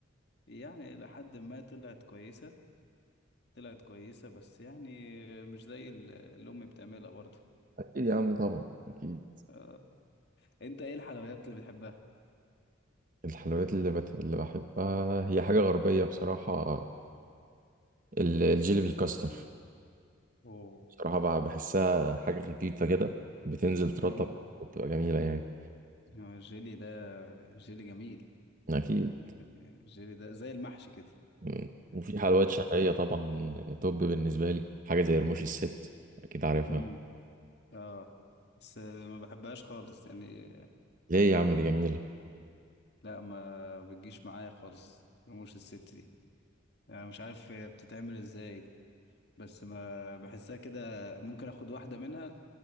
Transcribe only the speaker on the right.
اكيد يا عم طبعا اكيد
الحلويات اللي بت... اللي بحبها هي حاجه غربيه بصراحه ال- الجيلي بالكاستر
بصراحه بح- بحسها حاجه خفيفه كده بتنزل ترطب
وبتبقى جميله يعني
اكيد
مم.
وفي حلويات شرقيه طبعا توب بالنسبه لي حاجه زي رموش الست اكيد عارفها
ليه يا عم دي جميلة